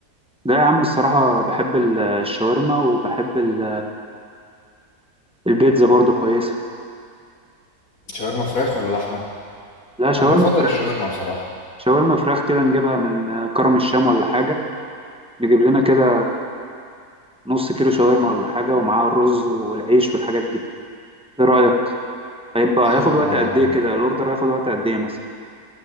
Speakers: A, in the centre; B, on the left.
A: ده يا عم الصراحة بحب ال- الشاورما وبحب ال- البيتزا برضو كويسة
B: شاورما فراخ ولا لحمه
A: لا شاورما
B: انا بفضل
A: فراخ
B: الشاورما بصراحه
A: شاورما فراخ كده نجيبها من كرم الشام ولا حاجة نجيب لنا كده نص كيلو شاورما ولا حاجة ومعاه الرز والعيش والحاجات دي ايه رأيك هيبقى
B: حلو
A: هياخد
B: الموضوع
A: وقت قد ايه
B: ده
A: كده الاوردر هياخد وقت قد ايه مثلا